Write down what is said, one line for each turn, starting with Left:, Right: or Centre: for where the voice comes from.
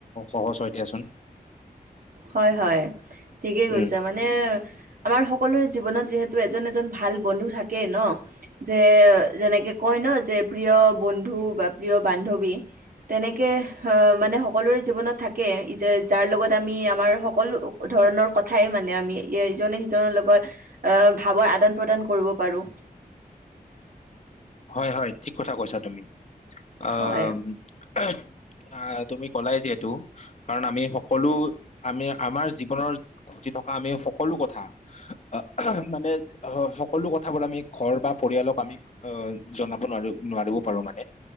Left: সহজ হয় দিয়াচোন।
Right: হয়, হয় ঠিকেই কৈছা
Left: উম
Right: মানে আমাৰ সকলো সকলোৰে জীৱনত যিহেতু এজন এজন ভাল বন্ধু থাকে ন, যে যেনেকৈ কৈয় ন যে প্ৰিয় বন্ধু বা বান্ধৱী তেনেকৈ মানে সকলোৱে জীৱনত থাকে যাৰ লগত আমি আম আমাৰ সকলো ধৰণৰ কথাই মানে আমি ইজনে সিজনৰ লগত ভাৱ আদান প্ৰদান কৰিব পাৰো।
Left: হয়, হয় ঠিক কথা কৈছা তুমি। অ'
Right: হয়,
Left: আহ তুমি ক'লাই যিহেতু, কাৰণ আমি সকলো আমি আমাৰ জীৱনৰ ঘতি থকা আমি সকলো কথা আহ মানে সকলো কথাবোৰ আমি ঘৰ বা পৰিয়ালক আমি অ' জনাব নোৱাৰো নোৱাৰিব পাৰো মানে।